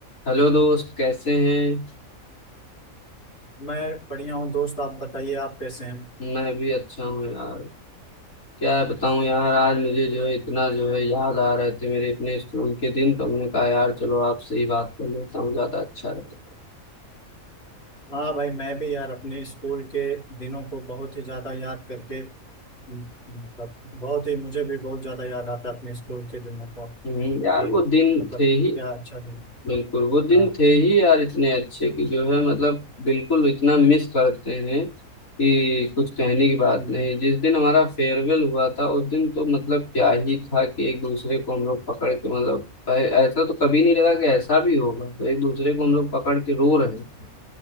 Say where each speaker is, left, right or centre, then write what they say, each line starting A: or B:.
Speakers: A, on the left; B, on the left.
A: Hello दोस्त कैसे हैं
B: मैं बढ़िया हूँ दोस्त आप बताइए आप कैसे हैं
A: मैं भी अच्छा हूँ यार क्या बताऊँ यार आज मुझे जो है इतना जो है याद आ रहे थे मेरे अपने स्कूल के दिन तो हमने कहा यार चलो आपसे ही बात कर लेता हूँ ज्यादा अच्छा रहेगा
B: हाँ भाई मैं भी यार अपने स्कूल के दिनों को बहुत ही ज़्यादा याद करके हम्म, मतलब बहुत ही मुझे भी बहुत ज़्यादा याद आता है अपने स्कूल के दिनों को
A: हम्म,
B: कि
A: यार वो दिन
B: मतलब
A: थे ही
B: क्या अच्छा दिन
A: बिल्कुल वो दिन
B: हाँ
A: थे ही यार इतने अच्छे कि जो है मतलब बिल्कुल इतना मिस करते हैं कि कुछ कहने की बात
B: हम्म,
A: नहीं जिस दिन हमारा फेयरवेल हुआ था उस दिन तो मतलब क्या ही था कि एक दूसरे को हम लोग पकड़ के मतलब ऐ- ऐसा तो कभी नहीं लगा कि ऐसा भी होगा तो एक दूसरे को हम लोग पकड़ के रो रहे थे